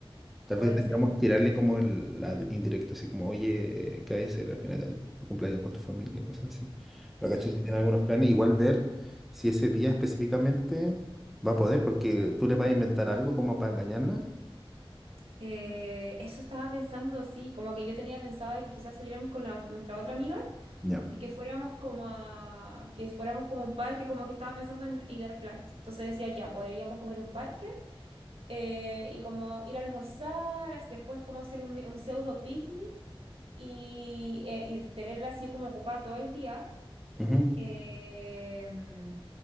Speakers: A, in the centre; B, on the right (about 80°).
A: Tal
B: Puede
A: vez digamos
B: ser.
A: tirarle como el- la indirecta, así como, oye, eh, cae ser al final de tu cumpleaños con tu familia, cosas así. Pero
B: Sí,
A: caché si tiene algunos
B: sí.
A: planes, igual ver si ese día específicamente va a poder, porque tú le vas a inventar algo como para engañarla.
B: Eh, eso estaba pensando, sí, como que yo tenía pensado de que quizás saliéramos con la- nuestra otra amiga
A: Ya.
B: y que fuéramos como a, que fuéramos como a un parque, como que estaba pensando en, y dar planes. Entonces decía, ya, podríamos comer un parque. eh, y como ir a almorzar, as- después como hacer un, mi- un pseudo picnic y, eh, y tenerla así como ocupada todo el día.
A: Ujú.
B: Em,